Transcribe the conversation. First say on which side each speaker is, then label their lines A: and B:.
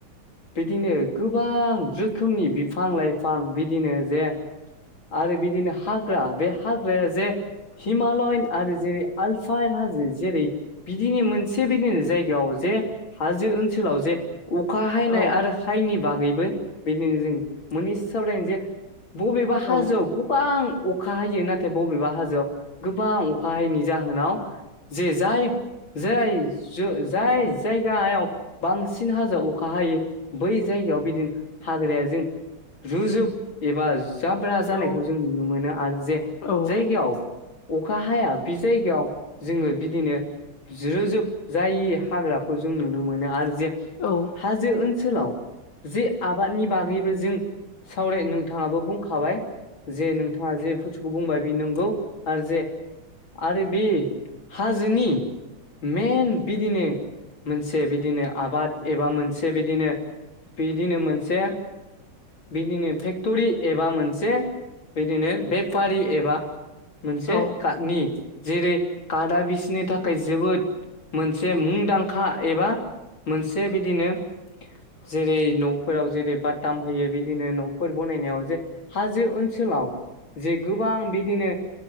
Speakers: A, on the left; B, on the left.
A: बिदिनो गोबां रोखोमनि बिफां लाइफां बिदिनो जे आरो बिदिनो हाग्रा बे हाग्राया जे हिमालयन आरो जेरै आलफाइन हाजो जेरै बिदिनो मोनसे बेदिनो जायगायाव जे हाजो ओनसोलाव जे अखा हायनाय
B: औ
A: आरो हाइनि बागैबो बिदिनो जों मोननै सावरायनाय जे बबेबा
B: औ
A: हाजो गोबां अखा हायो नाथाय बबेबा हाजोआव गोबां अखा हायैनि जाहोनाव जे जाय जाय जो जाय जायगायाव बांसिन हाजोआव अखा हायो बै जायगायाव बिदिनो हाग्राया जों जुजुब एबा जाब्रा जानायखौ
B: औ
A: जों नुनो मोनो आरो जे
B: औ
A: जाय याव अखा हाया बे जायगायाव जोङो बिदिनो रोजोब जायै हाग्राखौ जों नुनो मोनो आरो जे
B: औ
A: हाजो ओन सोलाव जे आबादनि बागैबो जों सावराय नोंथाङाबो बुंखाबाय जे नोंथाङा जे फुस्तुखौ बुंबाय बे नंगौ आरो जे आरो बे हाजोनि मेन बिदिनो मोनसे बिदिनो आबाद एबा मोनसे बिदिनो बिदिनो मोनसे बिदिनो फेक्ट'रि एबा मोनसे बिदिनो बे फारि एबा मोनसे
B: औ
A: काटनि जेरै कादा बिसिनो थाखाय जोबोद मोनसे मुंदांखा एबा मोनसे बिदिनो जेरै न'फोराव जेरै बटाम होयो बिदिनो न'फोर बनायनायाव जे जे ओनसोलाव जे गोबां बिदिनो